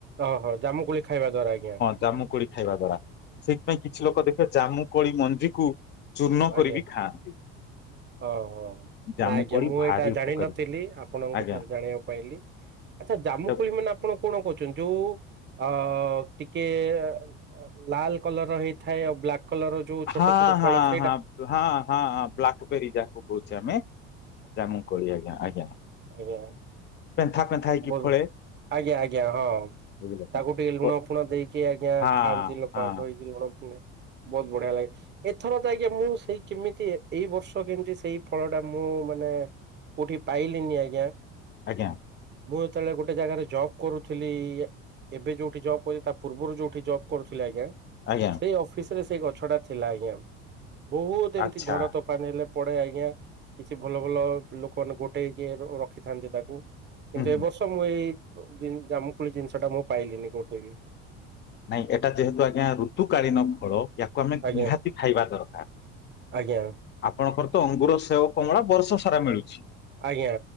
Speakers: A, on the right; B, on the left.
A: ଓହୋ, ଜାମୁକୋଳି ଖାଇବା ଦ୍ଵାରା ଆଜ୍ଞା।
B: ଜାମୁକୋଳି ଖାଇବା ଦ୍ଵାରା। ସେଇଥିପାଇଁ କିଛି ଲୋକ ଦେଖିବେ ଜାମୁକୋଳି ମଞ୍ଜିକୁ ନ କରିବିି
A: ଆଜ୍ଞା
B: ଖାଆନ୍ତି।
A: ଓହୋ।
B: ଜାମୁ
A: ନାଁ ଆଜ୍ଞା
B: କୋଳି
A: ମୁଁ
B: ଭାରି
A: ଏଇଟା
B: ଉପକାରୀ
A: ଜାଣିନଥିଲି ଆପଣଙ୍କ
B: ଆଜ୍ଞା
A: ଠାରୁ ଜାଣିଆକୁ ପାଇଲି। ଆଚ୍ଛା ଜାମୁକୋଳି
B: ଏଟା
A: ମାନେ ଆପଣ କଣ କହୁଛନ୍ତି? ଯୋଉ ଅ, ଟିକେ ଆଉ ଲାଲ କଲର୍ ର ହେଇଥାଏ ଆଉ ବ୍ଲାକ୍ କଲର୍ ର ଯୋଉ ଛୋଟ
B: ହଁ
A: ଛୋଟ
B: ହଁ
A: ପଳସ
B: ହଁ, ହଁ, ହଁଁ ବ୍ଲାକବେରୀ ଯାହାକୁ କହୁଛେ ଆମେ। ଜାମୁକୋଳି ଆଜ୍ଞା ଆଜ୍ଞା।
A: ଆଜ୍ଞା।
B: ପେନ୍ଥା ପେନ୍ଥା ହେଇକି
A: ବୋଲ
B: ଫଳେ।
A: ଆଜ୍ଞା ଆଜ୍ଞା ହଁ।
B: ବୁଝିଲେ ନା
A: ତାକୁ ଟିକେ ଲୁଣ ଫୁଣ ଦେଇକି ଆଜ୍ଞା
B: ହଁ
A: ଖାଆନ୍ତି ଲୋକ
B: ହଁ
A: ଧୋଇକି ଲୁଣ ଫୁଣ। ବହୁତ ବଢ଼ିଆ ଲାଗେ ଏ ଆଜ୍ଞା ମୁଁ ସେଇ କେମିତି ଏଇବର୍ଷ କେନ୍ତି ସେଇ ଫଳ ଟା ମୁଁ ମାନେ କୋଉଠି ପାଇଲିନି ଆଜ୍ଞା।
B: ଆଜ୍ଞା।
A: ମୁଁ ଯେତେବେଳେ ଗୋଟେ ଜାଗାରେ ଜବ କରୁଥିଲି ଏବେ ଯୋଉଠି ଜବ କରି ତା ପୂର୍ବରୁ ଯୋଉଠି ଜବ କରୁଥିଲେ ଆଜ୍ଞା
B: ଆଜ୍ଞା
A: ସେଇ ଅଫିସରେ ସେଇ ଗଛଟା ଥିଲା ଆଜ୍ଞା ବହୁତ ଏମତି
B: ଆଚ୍ଛା
A: ଝଡ ତୋ ଫାନ ନେଲେ ପଡେ ଆଜ୍ଞା କିଛି ଭଲଭଲ ଲୋକମାନେ ଗୋଟେ କିଏ ରଖିଥାନ୍ତି ତାକୁ। କିନ୍ତୁ
B: ହୁଁ ହୁଁ
A: ଏବର୍ଷ ମୁଁ ଏଇ ଜାମୁକୋଳି ଜିନିଷଟା ମୁଁ ପାଇଲିନି କୋଉଠି ଏଵେ।
B: ନାଇଁ ଏଟା ଯେହେତୁ ଆଜ୍ଞା ଋତୁକାଳୀନ ଫଳ ୟାକୁ ଆମେ
A: ଆଜ୍ଞା
B: ନିହାତି ଖାଇବା ଦରକାର।
A: ଆଜ୍ଞା
B: ଆପଣଙ୍କର ତ ଅଙ୍ଗୁର, ସେଓ, କମଳା ବର୍ଷ ସାରା ମିଳୁଛି।
A: ଆଜ୍ଞା।